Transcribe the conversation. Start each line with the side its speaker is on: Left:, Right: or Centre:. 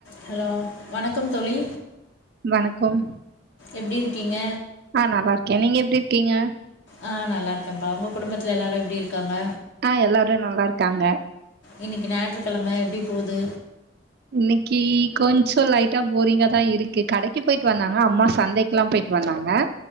Left: Hello வணக் கம் தோழி
Right: வணக்கம்
Left: எப்டி இருக்கீங்க
Right: ஆ நல்லாருக்கே நீங்க எப்டி இருக்கீங்க
Left: ஆ நல்லாருக்கேபா உங்க குடும்பத்துல எல்லாரு எப்டி இருக்காங்க
Right: ஆ எல்லாரு நல்லாருக்காங்க
Left: இன்னிக்கி ஞாய்ற்றுகழம எப்டி போது
Right: இன்னிக்கி கொஞ்சோ லைட்டா போரிங்கா தா இருக்கு கடைக்கு போய்ட்டு வந்தாங்க அம்மா சந்தைக்குலா போய்ட்டு வந்தாங்க